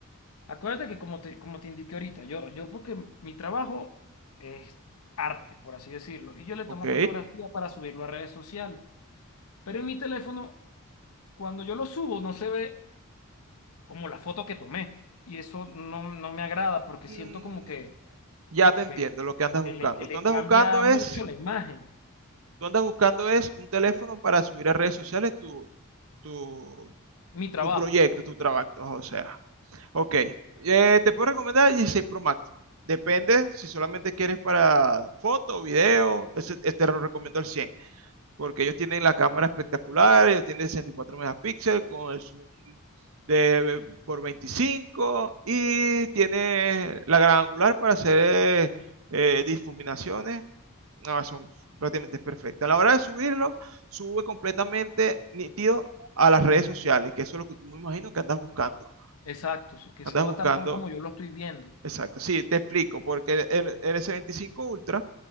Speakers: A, on the left; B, on the right.
A: Acuérdate que como te, como te indiqué ahorita, yo, yo porque mi trabajo es arte, por así decirlo, y yo le
B: Ok.
A: tomo fotografía para subirlo a redes sociales. Pero en mi teléfono, cuando yo lo subo, no se ve como la foto que tomé. Y eso no, no me agrada porque
B: Mm,
A: siento como que,
B: Ya te entiendo
A: que,
B: lo que andas
A: que
B: buscando.
A: le, que le
B: Tú andas
A: cambia
B: buscando
A: mucho
B: es,
A: la imagen.
B: tú andas buscando es un teléfono para subir a redes sociales tu, tu,
A: Mi trabajo.
B: tu proyecto, tu trabajo, o sea. Ok. Eh, te puedo recomendar el 16 Pro Max. Depende si solamente quieres para foto, video, ese- este lo recomiendo al 100, porque ellos tienen la cámara espectacular, ellos tienen 64 megapíxeles con el zoom de, por 25 y tiene la gran angular para hacer eh, eh, difuminaciones no, son prácticamente perfectas. A la hora de subirlo, sube completamente nítido a las redes sociales, que eso es lo que tú me imagino que andas buscando.
A: Exacto, su- que
B: Andas
A: suba
B: buscando,
A: tal cual como yo lo estoy viendo.
B: exacto. Sí, te explico, porque el, el S25 Ultra